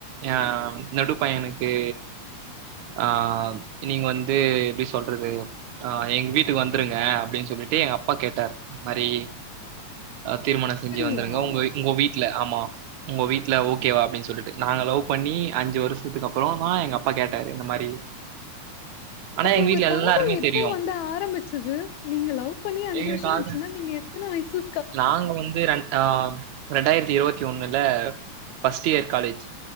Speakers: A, on the right; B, on the left.
A: எ நடுப்பையனுக்கு ஆ நீங்க வந்து எப்டி சொ சொல்றது ஆ எங்க வீட்டுக்கு வந்துருங்க அப்டின்னு சொல்லிட்டு எங்க அப்பா கேட்டாரு மரி தீர்மன
B: அப்படியா?
A: செஞ்சு வந்துருங்க உங்க உங்க வீட்ல ஆமா உங்க வீட்ல ஓகேவா அப்டின்னு சொல்ட்டு நாங்க லவ் பண்ணி அஞ்சு வருஷத்துக்கு அப்றோ தா எங்க அப்பா கேட்டாரு இந்த மாரி ஆனா
B: அப்போ
A: எங்க
B: உங்க
A: வீட்ல
B: காதல்
A: எல்லாருக்குமே
B: எப்போ
A: தெரியு
B: வந்து ஆரம்மிச்சிது நீங்க லவ் பண்ணி அஞ்சு
A: எங்க
B: வருஷோ
A: கால
B: ஆச்சுன்னா நீங்க எத்த வயஸ்ல
A: நாங்க வந்து ரென் அ ரெண்டாயிரத்தி இருவத்தி ஒண்ணுல ஃபஸ்ட் இயர் காலேஜ்